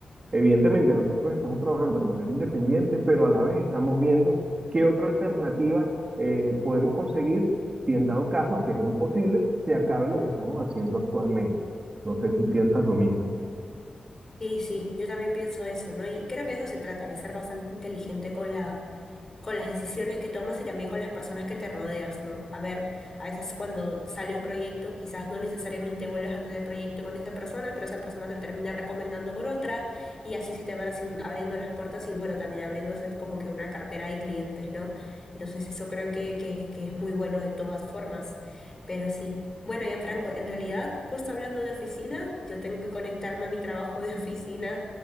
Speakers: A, on the right; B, on the left.
A: Evidentemente, nosotros estamos trabajando de manera independiente, pero a la vez estamos viendo qué otra alternativa eh, podemos conseguir si en dado caso, que es muy posible, se acabe lo que estamos haciendo actualmente. No sé si piensas lo mismo.
B: Sí, sí, yo también pienso eso, ¿no? Y creo que eso se trata, de ser bastante inteligente con la con las decisiones que tomas y también con las personas que te rodeas, ¿no? A ver, a veces cuando sale un proyecto, quizás no necesariamente vuelves a tener proyecto con esa persona, pero esa persona te termina recomendando con otra y así se te van haciendo, abriendo las puertas y bueno, también abriéndose como que una cartera de clientes, ¿no? Entonces eso creo que, que, que es muy bueno de todas formas, pero sí. Bueno, Franco, en realidad, justo hablando de oficina, yo tengo que conectarme a mi trabajo de oficina